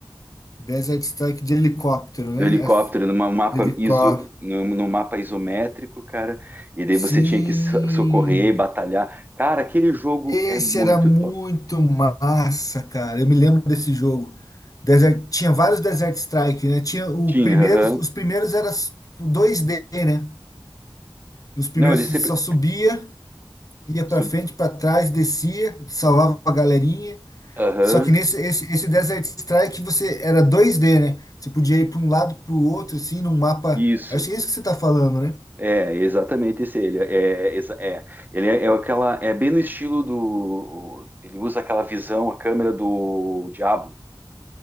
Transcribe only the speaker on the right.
do helicóptero
numa mapa
iso, num, num mapa isométrico, cara, e daí
você tinha que so- socorrer, batalhar. Cara, aquele jogo
é muito
Tinha,
aham.
Não, ele
sempre.
sub-
Aham.
Isso.
É, exatamente esse. Ele é, exa- é, ele é, é aquela. É bem no estilo do. Ele usa aquela visão, a câmera do Diablo.